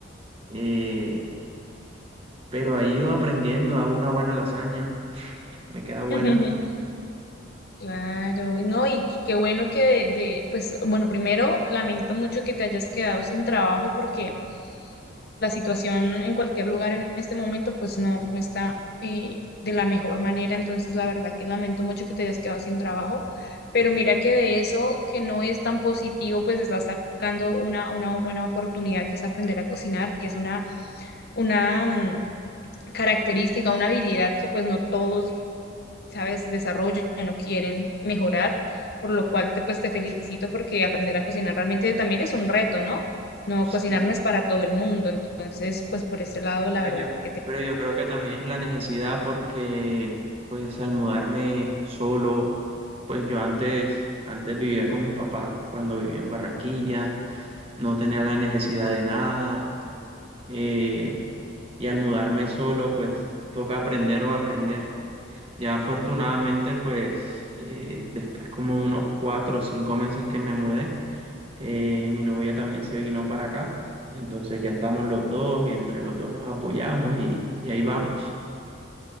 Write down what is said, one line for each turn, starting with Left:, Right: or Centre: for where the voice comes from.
Right: Eh, pero he ido aprendiendo, hago una buena lasaña, me queda buena.
Left: <laughs> claro, y no, y qu- qué bueno que de, de, pues, bueno, primero lamento mucho que te hayas quedado sin trabajo porque la situación en cualquier lugar en este momento pues no, no está eh, de la mejor manera, entonces la verdad que lamento mucho que te hayas quedado sin trabajo, pero mira que de eso que no es tan positivo pues estás sacando una, una buena oportunidad que es aprender a cocinar, que es una, una um, característica, una habilidad que pues no todos ¿sabes? Desarrollan, no quieren mejorar, por lo cual te, pues, te felicito porque aprender a cocinar realmente también es un reto, ¿no? No, cocinar
Right: Sí,
Left: no es para todo el mundo, entonces, pues por ese lado,
Right: pero
Left: la verdad
Right: yo,
Left: que te...
Right: pero yo creo que también es la necesidad porque pues al mudarme solo, pues yo antes, antes vivía con mis papás cuando vivía en Barranquilla no tenía la necesidad de nada. eh, y al mudarme solo, pues toca aprender o aprender. Ya afortunadamente, pues eh, después como unos cuatro o cinco meses que me mudé, eh, mi novia también se vino para acá. Entonces ya estamos los dos y entre los dos nos apoyamos y, y ahí vamos.